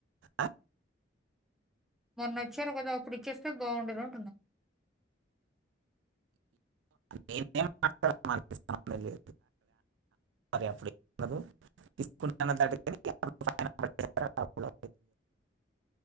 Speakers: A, on the right; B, in the centre.
A: ఆ
B: మొన్న వచ్చిరు కదా అప్పుడు ఇస్తే బాగుండది అంటున్నా
A: ఈ నేనెం మాట్లాడాను అనిపిస్తోంది మరే అప్పుడు ఉండదు తీసుకు అప్పుడు అప్పుడు